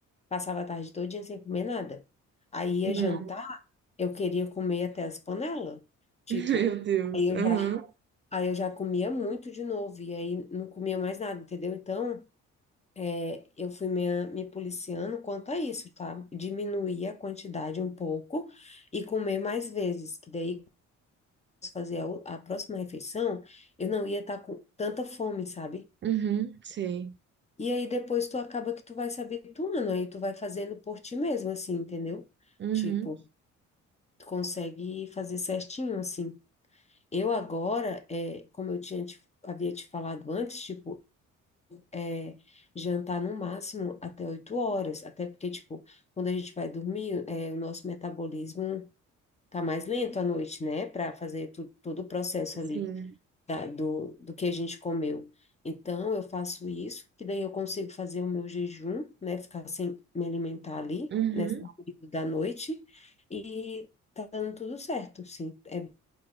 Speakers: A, on the left (about 20°); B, on the right (about 40°).
A: passava a tarde todinha sem comer nada. Aí ia
B: Hum.
A: jantar, eu queria comer até as panelas, tipo,
B: <laughs> Meu Deus,
A: aí eu
B: aham,
A: já, aí eu já comia muito de novo, e aí não comia mais nada, entendeu? Então, é, Eu fui me, me policiando quanto a isso, tá? Diminuir a quantidade um pouco e comer mais vezes, que daí, quando eu fazer a, o- a próxima refeição, eu não ia estar com tanta fome, sabe?
B: uhum, sei,
A: E aí depois tu acaba que tu vai se habituando, aí tu vai fazendo por ti mesmo, assim, entendeu?
B: uhum,
A: Tipo, tu consegue fazer certinho, assim. Eu agora, é, como eu tinha te- havia te falado antes, tipo, é, jantar no máximo até oito horas, até porque, tipo, quando a gente vai dormir, é, o nosso metabolismo tá mais lento à noite, né, para fazer tu- todo o processo ali
B: sim.
A: da- do, do que a gente comeu. Então, eu faço isso, que daí eu consigo fazer o meu jejum, né, ficar sem me alimentar ali,
B: Uhum,
A: nesse período da noite, e tá dando tudo certo, sim. É,